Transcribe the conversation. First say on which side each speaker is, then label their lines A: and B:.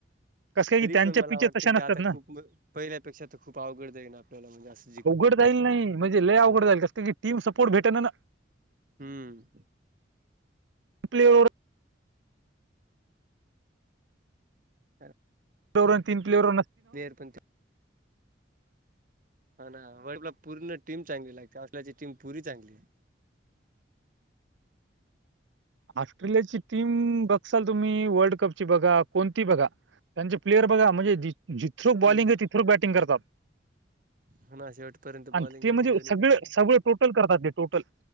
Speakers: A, on the right; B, on the right.
A: कसं काय
B: तरी
A: की त्यांच्या
B: पण मला
A: पिचेस
B: वाटते
A: तशा
B: की
A: नसतात
B: आता
A: ना
B: खूप पहिल्यापेक्षा तर खूप अवघड जाईल आपल्याला म्हणजे अस.
A: अवघड जाईल नाही म्हणजे लय अवघड जाईल कसं की टीम सपोर्ट भेटे ना ना.
B: हम्म.
A: प्ले.
B: तर
A: दोघं तीन प्लेअर.
B: वर पणंत हा ना वर्ला पूर्ण टीम चांगली लागते असल्याची टीम पुरी चांगली आहे.
A: ऑस्ट्रेलिया ची टीम बघसाल तुम्ही वर्ल्ड कपची बघा कोणती बघा. त्यांचे प्लेयर बघा म्हणजे जिथ्रक
B: हम्म.
A: बॉलिंग आहे तिथ्रक बॅटिंग करतात.
B: हा ना शेवटपर्यंत
A: अन
B: बॉलिंग
A: ते
B: बॅटिंग
A: म्हणजे
B: दोन्हीकडे
A: सगळ सगळं टोटल करतात ते टोटल.